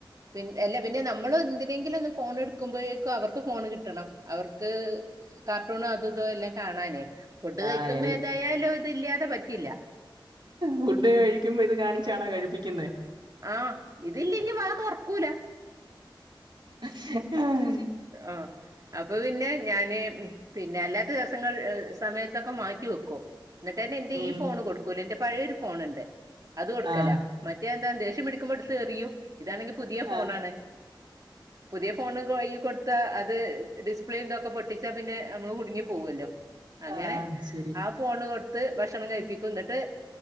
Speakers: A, on the right; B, on the right.
A: പിന്ന അല്ല പിന്നെ നമ്മൾ എന്തിനെങ്കിലും ഒന്ന് ഫോൺ എടുക്കുമ്പോ അവർക്ക് ഫോൺ കിട്ടണം അവർക്ക് കാർട്ടൂണോ അത ഇതോ എല്ലാം കാണാനേ ഫുഡ് കഴിക്കുമ്പോ
B: ആഹ് എൽ
A: ഏതായാലും ഇതില്ലാതെ പറ്റില്ല
B: ഫുഡ് കഴിക്കുമ്പോ ഇത് കാണിച്ചാണോ കഴിപ്പിക്കുന്ന
A: ആഹ് ഇതില്ലെങ്കി വാത് ഉറക്കൂല
B: ആഹ
A: ആഹ് അപ്പൊ പിന്നെ ഞാന് പിന്നെ അല്ലാത്ത ദിവസങ്ങൾ സമയത്തൊക്കെ മാറ്റി വെക്കും എന്നിട്ട് എന്റെ
B: ഉം
A: ഈ ഫോൺ കൊടുക്കൂലോ എന്റെ പഴയൊരു ഫോണുണ്ട് അത് കൊടുക്കല
B: ആഹ്
A: മറ്റേ അദേഷ്യം പിടിക്കുമ്പോ അടുത്ത്ത്തെറും ഇതാണെങ്കിൽ പുതിയ ഫോണാണ്
B: ആഹ്
A: പുതിയ ഫോണ് കഴ കൊടുത്ത അ ത് ഡിസ്പ്ലേന്തൊക്കെ പൊട്ടിച്ചാ പിന്നെ നമ്മള് കുടുങ്ങി പോവല്ലോ അങ്ങനെ
B: ആഹ് ശരി
A: ആ ഫോണ് കൊടുത്ത് ത്ത് ഭക്ഷണം കഴിപ്പിക്ക എന്നിട്ട്